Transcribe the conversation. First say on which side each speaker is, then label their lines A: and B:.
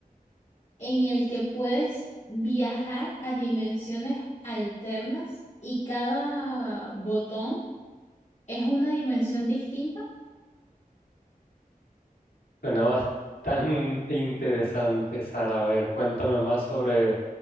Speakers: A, on the left; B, on the left.
A: en el que puedes viajar a dimensiones alternas y cada botón es una dimensión distinta?
B: Suena bastante interesante, Sara. A ver, cuéntame más sobre